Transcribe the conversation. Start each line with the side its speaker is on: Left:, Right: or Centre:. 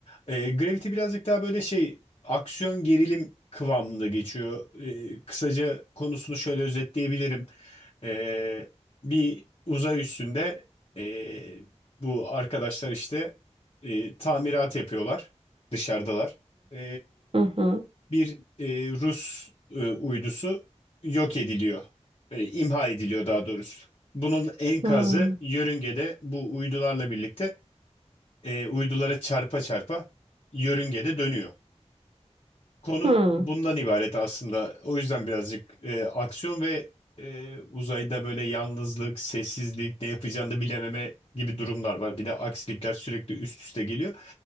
Left: E, Gravity birazcık daha böyle şey aksiyon gerilim kıvamında geçiyor. E, kısaca konusunu şöyle özetleyebilirim. E, bir uzay üstünde e, bu arkadaşlar işte e, tamirat yapıyorlar dışarıdalar. E,
Right: Hı hı.
Left: bir e, Rus e, uydusu yok ediliyor. E, imha ediliyor daha doğrusu. Bunun enkazı
Right: Hı
Left: yörüngede bu uydularla birlikte e, uydulara çarpa çarpa yörüngede dönüyor. Konu
Right: hı.
Left: bundan ibaret aslında. O yüzden birazcık e, aksiyon ve e, uzayda böyle yalnızlık, sessizlik, ne yapacağını da bilememe gibi durumlar var. Bir de aksilikler sürekli üst üste geliyor.